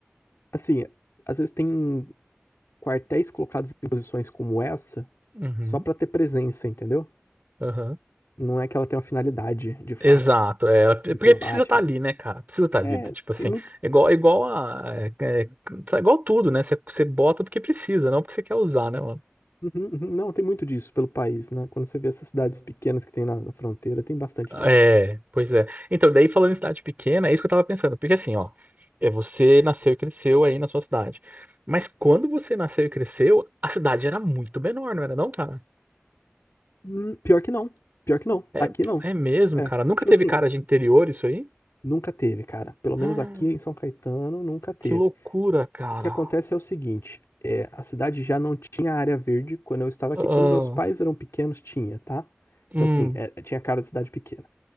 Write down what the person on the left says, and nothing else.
Assim, às vezes tem. quartéis colocados em posições como essa
só pra ter presença, entendeu?
Não é que ela tem uma finalidade, de fato,
de combate,
né?
É,
tem muito.
Uhum, uhum. Não, tem muito disso pelo país, né? Quando você vê essas cidades pequenas que tem na, na fronteira, tem bastante disso.
Hum, pior que não. Pior que não.
Aqui não.
É,
tipo
assim,
nunca teve, cara. Pelo menos
aqui em São Caetano, nunca teve.
O que acontece é o seguinte, é, a cidade já não tinha área verde quando eu estava
aqui. Quando meus pais eram pequenos, tinha, tá?
Então, assim, é, tinha cara de cidade pequena.